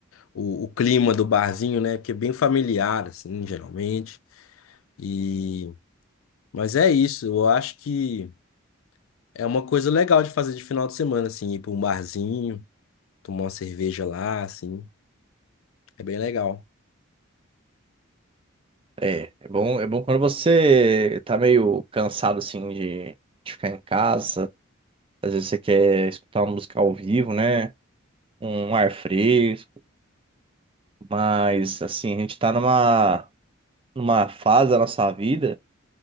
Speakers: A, on the left; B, on the right.
A: o, o clima do barzinho, né? Porque é bem familiar, assim, geralmente. E... Mas é isso, eu acho que é uma coisa legal de fazer de final de semana, assim, ir para um barzinho, tomar uma cerveja lá, assim, é bem legal.
B: É, é bom, é bom quando você tá meio cansado assim de de ficar em casa. Às vezes você quer escutar uma música ao vivo, né? Um ar fresco. Mas, assim, a gente tá numa, numa fase da nossa vida